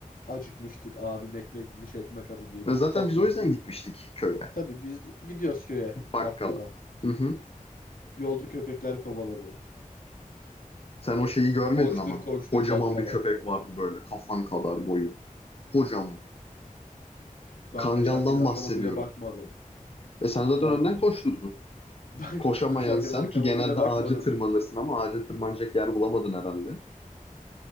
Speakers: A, on the left (about 90°); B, on the left (about 45°).
A: acıkmıştık. Abin ekmek bitmiş, ekmek alın diye
B: Ve
A: biz
B: zaten
A: toplandık.
B: biz o yüzden gitmiştik köye.
A: Tabii biz gidiyoruz köye
B: Bakkala.
A: bakkala.
B: Hı hı.
A: Yolda köpekler kovaladı.
B: Sen o şeyi görmedin
A: Koştur
B: ama.
A: koştur
B: Kocaman
A: bakkala.
B: bir köpek vardı böyle. Kafan kadar boyu. Kocaman.
A: Ben
B: Kangaldan
A: kaçarken arkama
B: bahsediyorum.
A: bile bakmadım.
B: E sen zaten
A: Ben
B: önden koşturdun.
A: <laughs> ben
B: Koşamayan
A: koşarken
B: sen
A: arkama
B: ki genelde
A: bile bakmadım.
B: ağaca tırmanırsın ama ağaca tırmanacak yer bulamadın herhalde.